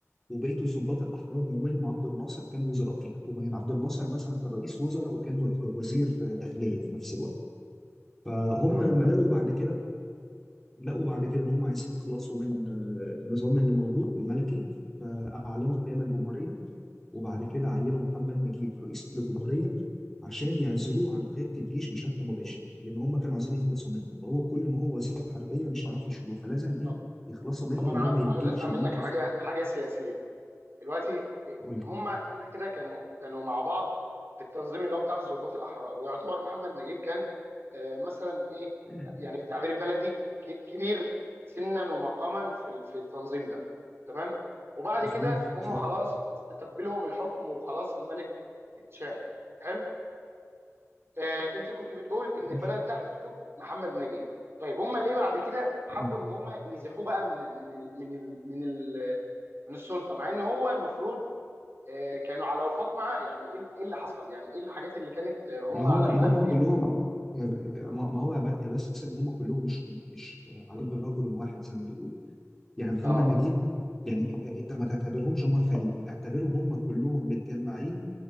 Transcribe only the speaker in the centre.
وبقية الضباط الأحرار ومنهم عبد الناصر كان وزراء في الحكومة يعني عبد الناصر مثلا كان رئيس وزراء وكان و- وزير داخلية في نفس الوقت فهم
لما لقوا بعد كده لقوا بعد كده إن هم عايزين يخلصوا من آه، النظام اللي موجود الملكي فأعلنوا قيام الجمهورية وبعد كده عينوا محمد نجيب رئيس للجمهورية عشان يعزلوه عن قيادة الجيش بشكل مباشر لأن هم كانوا عايزين يخلصوا منه فهو كل ما هو وزير حربية مش هيعرفوا يشيلوه فلازم إيه
يخلصوا منه
اللي
هم يدوا
له شلوت
لفوق
قول
لي
مظبوط
صح
ماشي
مم.
ما هو
ما هم
كلهم يا ب- ما ما هو يا بس ان هم كلهم مش مش على قلب رجل واحد زي ما بيقولوا يعني محمد
نجيب يعني انت أنت ما تعتبرهمش هم فريق اعتبرهم هم كلهم متجمعين